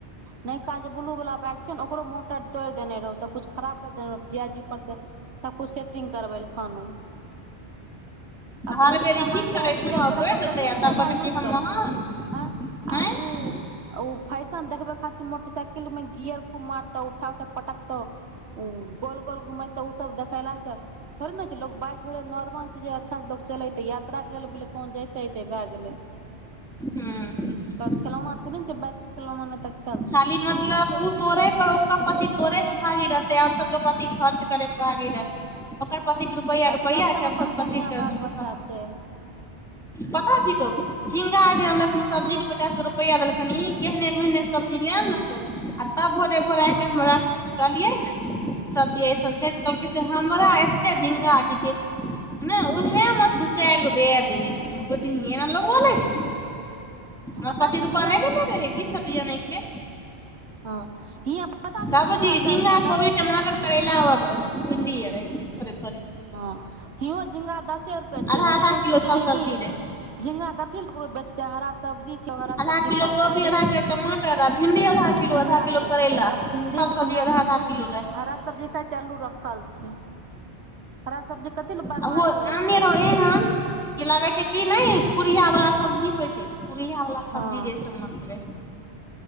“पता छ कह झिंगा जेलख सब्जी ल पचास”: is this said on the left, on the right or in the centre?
Centre